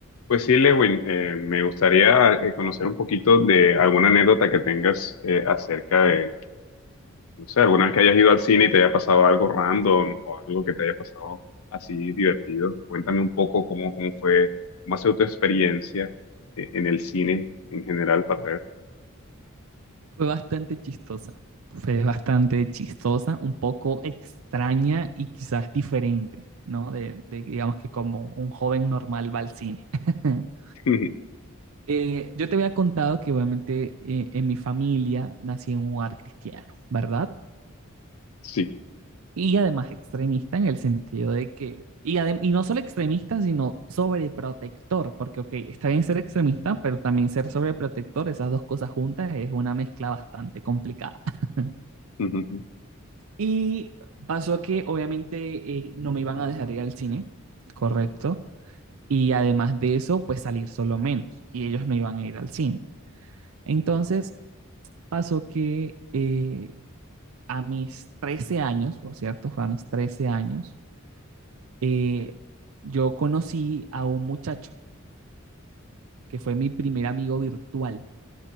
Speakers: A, on the left (about 80°); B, on the right (about 80°).
A: Pues sí, Lewin, eh, me gustaría eh, conocer un poquito de alguna anécdota que tengas eh, acerca de, no sé, alguna vez que hayas ido al cine y te haya pasado algo random o algo que te haya pasado así divertido. Cuéntame un poco cómo, cómo fue, cómo ha sido tu experiencia eh, en el cine en general para ver.
B: Fue bastante chistosa. Fue bastante chistosa, un poco extraña y quizás diferente, ¿no? De, de, digamos que como un joven normal va al cine. <laughs>
A: <laughs>
B: Eh, yo te había contado que obviamente eh, en mi familia nací en un hogar cristiano, ¿verdad?
A: Sí.
B: Y además extremista en el sentido de que, y, adem- y no solo extremista, sino sobreprotector, porque, ok, está bien ser extremista, pero también ser sobreprotector, esas dos cosas juntas es una mezcla bastante complicada. <laughs>
A: Ujú.
B: Y pasó que obviamente eh, no me iban a dejar ir al cine, correcto, y además de eso, pues salir solo menos, y ellos no iban a ir al cine. Entonces pasó que eh, a mis 13 años, por cierto, fue a mis 13 años, eh, yo conocí a un muchacho que fue mi primer amigo virtual